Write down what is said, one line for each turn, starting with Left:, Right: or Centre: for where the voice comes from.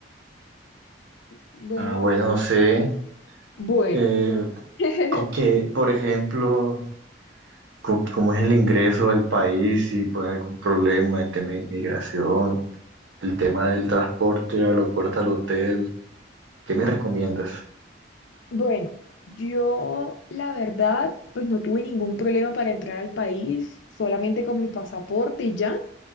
Left: Bueno,
Right: Ah, bueno, no sé,
Left: bueno.
Right: eh,
Left: <laughs>
Right: con qué, por ejemplo, co- cómo es el ingreso del país, si pone algún problema, el tema de migración, el tema del transporte, aeropuerto al hotel, ¿qué me recomiendas?
Left: Bueno, yo la verdad, pues no tuve ningún problema para entrar al país, solamente con mi pasaporte y ya.